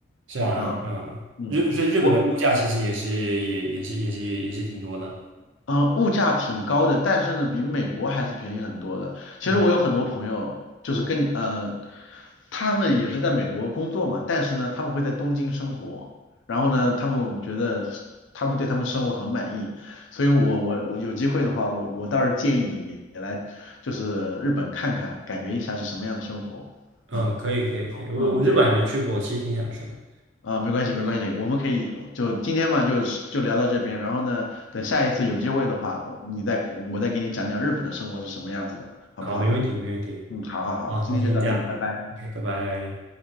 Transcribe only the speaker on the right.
是吧？
嗯，
日所以日本的物价其实也是也也是也是也是挺多的。
嗯
嗯，
可以可以可以，我我日本还没去过，
其实挺想去的。
好，没问题没问题。
好，
那先这样，OK，
拜拜。